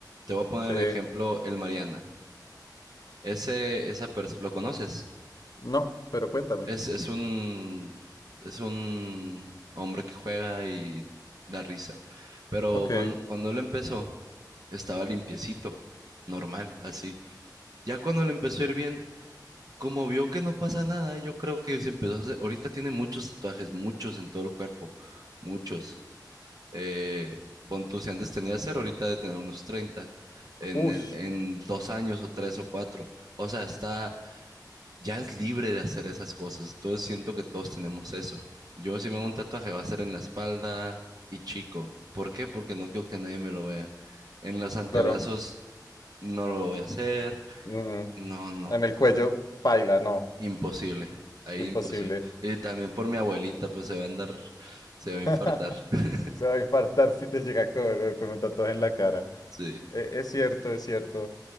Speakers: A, on the right (about 60°); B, on the left (about 60°).
A: Te voy a poner
B: Sí,
A: ejemplo el Mariana. Ese, esa persona, ¿lo conoces?
B: no, pero cuéntame.
A: Es, es un, es un hombre que juega y da risa. Pero
B: Ok,
A: cuando, cuando él empezó, estaba limpiecito, normal, así. Ya cuando le empezó a ir bien, como vio que no pasa nada, yo creo que se empezó a hacer. Ahorita tiene muchos tatuajes, muchos en todo el cuerpo, muchos. Eh, pon tú, si antes tenía cero, ahorita de tener unos 30 en,
B: ush,
A: en, en dos años o tres o cuatro. O sea, está, ya es libre de hacer esas cosas. Entonces siento que todos tenemos eso. Yo si me hago un tatuaje va a ser en la espalda y chico. ¿Por qué? Porque no quiero que nadie me lo vea. En los antebrazos
B: claro.
A: no lo voy a hacer.
B: Mm,
A: No, no.
B: En el cuello, paila, no.
A: Imposible, ahí
B: Imposible.
A: imposible. Y también por mi abuelita, pues se va a andar, se va a infartar.
B: <laughs>
A: <laughs>
B: Se va a infartar si te llega a correr con un tatuaje en la cara.
A: Sí.
B: E- es cierto, es cierto.